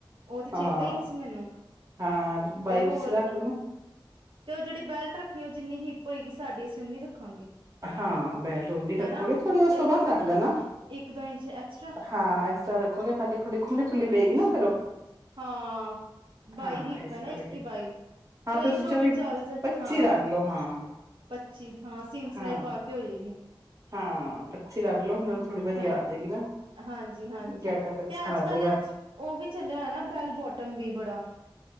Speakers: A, on the right; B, on the right.
A: ਉਹ ਤੇ ਚੇਤਾ
B: ਹਾਂ ਹਾਂ
A: ਹੀ ਨਹੀਂ ਸੀ ਮੈਨੂੰ
B: ਹਾਂ ਲੰਬਾਈ
A: ਤੇ
B: ਤੁਸੀਂ
A: ਹੋਰ
B: ਰੱਖ ਲਓ ਨਾ
A: ਤੇ ਉਹ ਜਿਹੜੀ ਬੈਲਟ ਰੱਖਣੀ ਉਹ ਜਿੰਨੀ ਹਿੱਪ ਹੋਏਗੀ ਸਾਡੀ ਅਸੀਂ ਉਓਨੀ ਰੱਖਾਂਗੇ
B: ਹਾਂ, ਬੈਲਟੋਨੀ ਰੱਖੋਗੇ
A: ਹਨਾ
B: ਥੋੜੀ ਉਸ
A: ਜਾਂ
B: ਤੋਂ ਬਾਅਦ ਰੱਖ ਲੈਣਾ।
A: ਇੱਕ ਦੋ ਇੰਚ ਐਕਸਟਰਾ
B: ਹਾਂ, ਐਕਸਟਰਾ ਰੱਖੋਗੇ ਤਾਂ ਕਿ ਥੋੜੀ ਖੁੱਲੀ ਢੁਲੀ
A: ਅੱਛਾ
B: ਪਏਗੀ ਨਾ ਫਿਰਰ ਉਹ
A: ਹਾਂ, ਬਾਈ
B: ਹਾਂ
A: ਹੀ
B: ਇਸ
A: ਪੈ ਨਾ
B: ਕਰਕੇ
A: ਇੱਕੀ-ਬਾਈ
B: ਹਾਂ
A: ਤ੍ਰਈ-ਚੌਵੀ
B: ਤੇ ਤੁਸੀਂ ਚੌਵੀ
A: ਚੱਲ ਜਾਏ
B: ਪੱਚੀ
A: ਹਾਂ
B: ਰੱਖ ਲਓ ਹਾਂ
A: ਪੱਚੀ, ਹਾਂ। ਸਲਾਈ
B: ਹਾਂ
A: ਪਾ ਕੇ ਹੋਈਏਗੀ।
B: ਹਾਂ ਪੱਚੀ ਰੱਖ ਲੋ ਨਾਲ ਥੋੜ੍ਹੀ ਵਧੀਆ
A: ਹਾਂ,
B: ਆ ਜਾਏਗੀ ਨਾ
A: ਹਾਂਜੀ-ਹਾਂਜੀ
B: ਗੈਟਅਪ ਅੱਛਾ
A: ਤੇ ਅੱਜ
B: ਆ ਜਾਏਗਾ
A: ਕੱਲ ਅੱਜ ਉਹ ਵੀ ਚੱਲਿਆ ਹੈ ਨਾ ਬੋਟਮ ਵੀ ਬੜਾ